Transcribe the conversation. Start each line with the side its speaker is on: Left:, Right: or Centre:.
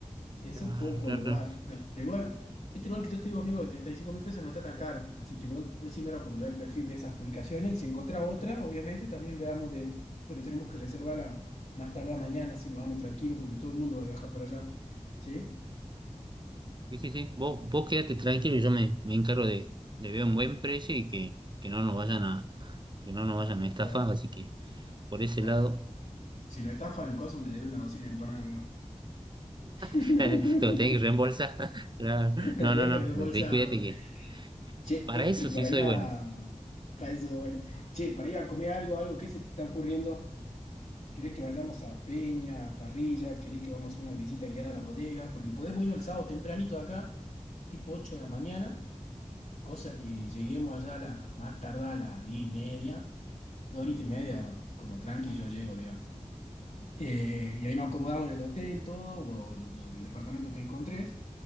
Left: Es
Right: Claro,
Left: un poco
Right: claro,
Left: el lugar,
Right: claro.
Left: pero igual, este lugar que yo te digo, amigo, de treinta y cinco mil pesos no está tan caro. Así que vos decime ahora cuando vea el perfil de esas publicaciones y si encontrá otra, obviamente también veamos de, pero tenemos que reservarla más tardar mañana si nos vamos tranquilos porque todo el mundo va a viajar para allá. ¿Sí?
Right: Sí, sí, sí. Vos, vos quédate tranquilo, yo me, me encargo de, de ver un buen precio y que, que no nos vayan a, que no nos vayan a estafar,
Left: Ajá.
Right: así que por ese
Left: Bueno,
Right: lado
Left: si no estafa en caso me debe una docena de empanadas, amigo. <laughs>
Right: <laughs> te lo tenés que reembolsar. <laughs> Claro.
Left: La
Right: No,
Left: tenés
Right: no, no.
Left: que reembolsar,
Right: Cuídate
Left: boludo.
Right: que
Left: Che,
Right: para
Left: y
Right: eso
Left: para
Right: sí soy
Left: ir a...
Right: bueno.
Left: Para eso, bueno. Che, para ir a comer algo, algo, ¿qué se te está ocurriendo? ¿Querés que vayamos a Peña, a Parrilla? ¿Querés que vamos a una visita guiada a la bodega? Porque podemos irnos el sábado tempranito de acá, tipo 8 de la mañana, cosa que lleguemos allá a la, más tardar a las 10 y media, dos horitas y media, como tranqui yo llego, digamos. Eh, y ahí nos acomodamos en el hotel, todo, o en el departamento que encontrés,